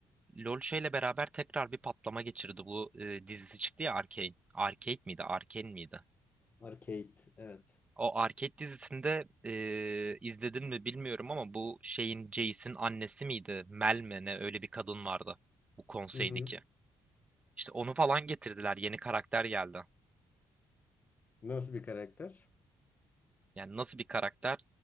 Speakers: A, on the right; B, on the left.
A: LoL şeyle beraber tekrar bir patlama geçirdi. Bu e, dizisi çıktı ya Arcane. Arcade miydi? Arcane miydi?
B: Arcade, evet.
A: O Arcade dizisinde e, izledin mi bilmiyorum ama bu şeyin Jace'in annesi miydi? Mel mi ne öyle bir kadın vardı bu konseydeki.
B: Hı hı.
A: İşte onu falan getirdiler. Yeni karakter geldi.
B: Nasıl bir karakter?
A: Yani nasıl bir karakter?